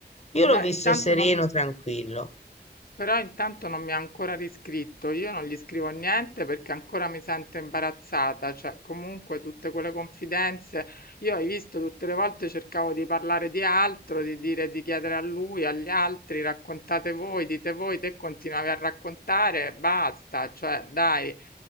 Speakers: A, on the left (about 40°); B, on the left (about 60°).
A: Io l'ho
B: Beh,
A: visto
B: intanto
A: sereno,
B: non,
A: tranquillo.
B: Però intanto non mi ha ancora riscritto, io non gli scrivo niente perché ancora mi sento imbarazzata, cioè comunque tutte quelle confidenze, io hai visto tutte le volte cercavo di parlare di altro, di dire, di chiedere a lui, agli altri, raccontate voi, dite voi, te continuavi a raccontare, basta, cioè dai. Eh,